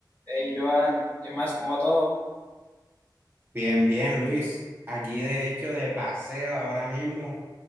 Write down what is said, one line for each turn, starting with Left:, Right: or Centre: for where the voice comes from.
Left: Hey, Joan, ¿qué más? ¿Cómo va todo?
Right: Bien, bien, Luis. Aquí de hecho de paseo ahora mismo